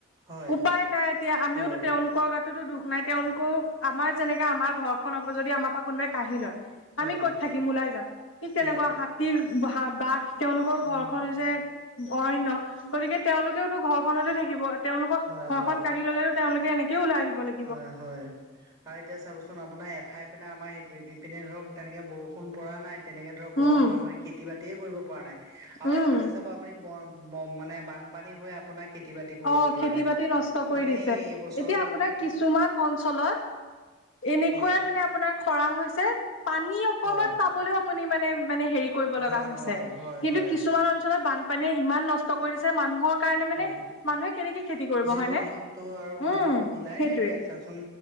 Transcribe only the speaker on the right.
হয়
হয়
হয়
হয়
উম
হয়
হয়
হয় হয়। আৰু এতিয়া চাবচোন আপোনাৰ, এঠাই পিনে আমাৰ ইপিনে ধৰক তেনেকে বৰষুণ পৰা নাই। তেনেকে ধৰক গৰম,
মানুহে খেতি বাতিয়ে কৰিব পৰা নাই আৰু
এফালে চাব আপুনি মানে বানপানী হৈ আপোনাৰ খেতি বাতি কৰিব
পৰা
নাই।
মানে
এই বছৰটো
আপোনাক
হয়।
হয়,
হয়,
হয়, হয়,
হয়,
হয়।
জীৱ-জন্তু
আৰু মানুহৰ
বিলাই
নাইকিয়া চাচোন